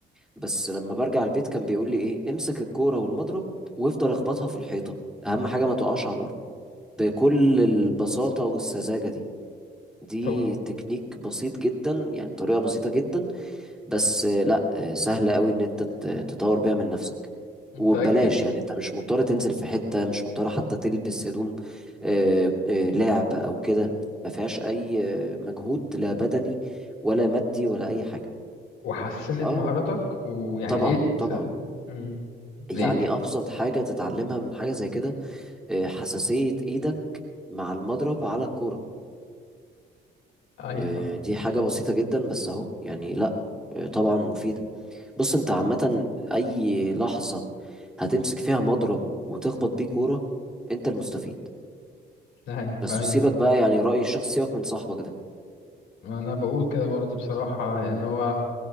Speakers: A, in the centre; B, on the left.
A: بس لما برجع البيت كان بيقول لي ايه امسك الكوره والمضرب وافضل اخبطها في الحيطه اهم حاجه ما تقعش على الارض بكل
B: <laughs>
A: البساطه والسذاجه دي دي
B: طب
A: تكنيك بسيط جدا يعني طريقه بسيطه جدا بس آه، لا آه، سهل قوي ان انت ت- تطور بيها من نفسك
B: متأكد
A: وببلاش يعني انت مش مضطر تنزل في حتة مش مضطر حتى تلبس هدوم آه، آه، لاعب او كده ما فيهاش اي آه، مجهود لا بدني ولا مادي ولا اي حاجة
B: وحسنت
A: اه
B: مهاراتك ويعني
A: طبعا
B: لقيت
A: طبعا
B: مم. لقيت
A: يعني ابسط حاجة تتعلمها من حاجة زي كده آه، حساسية ايدك مع المضرب على الكورة
B: ايوه
A: آه، دي حاجة بسيطة جدا بس اهو يعني لا آه، طبعا مفيدة بص انت عامة اي لحظة هتمسك فيها مضرب وتخبط بيه كورة انت المستفيد
B: ايوه
A: بس
B: ايوه
A: وسيبك بقى يعني رأي الشخص سيبك من صاحبك ده
B: انا بقول كده برضه بصراحة ان هو